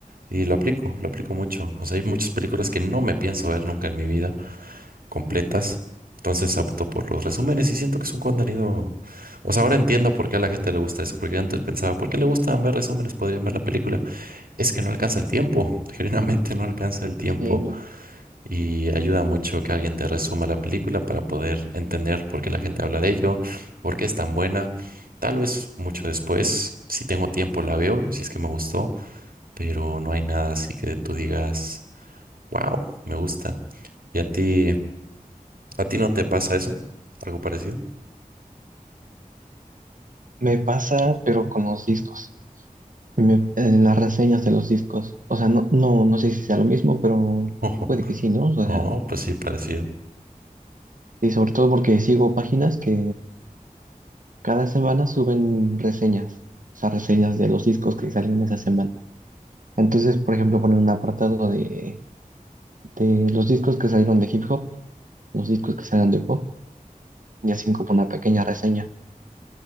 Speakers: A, on the right; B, on the right.
A: y lo aplico, lo aplico mucho. O sea, hay muchas películas que no me pienso ver nunca en mi vida completas. Entonces opto por los resúmenes y siento que es un contenido... O sea, ahora entiendo por qué a la gente le gusta eso, porque yo antes pensaba, ¿por qué le gustan ver resúmenes? Podrían ver la película. Es que no alcanza el tiempo, <laughs> genuinamente no alcanza el tiempo
B: Sí, no,
A: y ayuda mucho que alguien te resuma la película para poder entender por qué la gente habla de ello, por qué es tan buena. Tal vez mucho después, si tengo tiempo, la veo, si es que me gustó, pero no hay nada así que tú digas, wow, me gusta. ¿Y a ti, a ti no te pasa eso? ¿Algo parecido?
B: Me pasa, pero con los discos. me- en las reseñas de los discos. O sea, no, no, no sé si sea lo mismo, pero
A: <laughs>
B: puede que sí, ¿no? O sea,
A: Oh, pues sí, parecido.
B: y sobre todo porque sigo páginas que cada semana suben reseñas, o sea, reseñas de los discos que salieron esa semana. Entonces, por ejemplo, ponen un apartado de, de los discos que salieron de hip hop, los discos que salieron de pop, y así como una pequeña reseña.